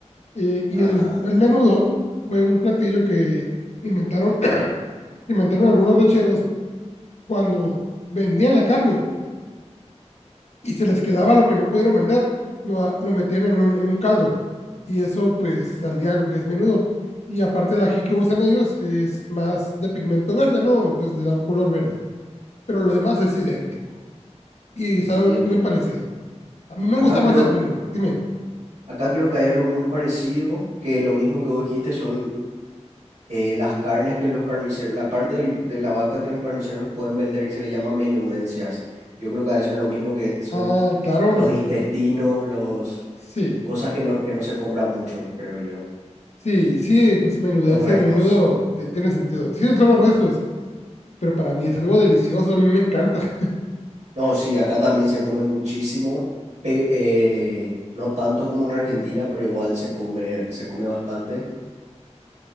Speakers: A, on the left; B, on the right.
A: Eh, y
B: Ah,
A: el, el menudo fue un platillo que inventaron, <clears throat> inventaron algunos rancheros cuando vendían la carne y se les quedaba lo que no pudieron vender, lo, a- lo metían en un, en un caldo y eso pues salía de lo que es menudo. Y aparte el ají que usan ellos es más de pigmento verde, ¿no? Entonces le da un color verde, pero lo demás es idéntico y
B: entiendo.
A: sabe muy parecido. A mí me
B: Acá
A: gusta
B: creo,
A: más el menudo, dime.
B: acá creo que hay algo muy parecido, que lo mismo que vos dijiste son eh, las carnes que los carniceros, la parte del- de la vaca que los carniceros no pueden vender y se le llama menudencias. Yo creo que debe ser lo mismo que son
A: Ah, claro,
B: los
A: me-
B: intestinos, los
A: sí.
B: Cosas que no, que no se compran mucho, creo yo.
A: Sí, sí, pues menudencias,
B: Los restos.
A: menudo, te- tiene sentido. Sí, son los restos, pero para mí es algo delicioso, a mí me encanta. <laughs>
B: No, sí, acá también se come muchísimo. pe- eh, no tanto como en Argentina, pero igual se come, se come bastante.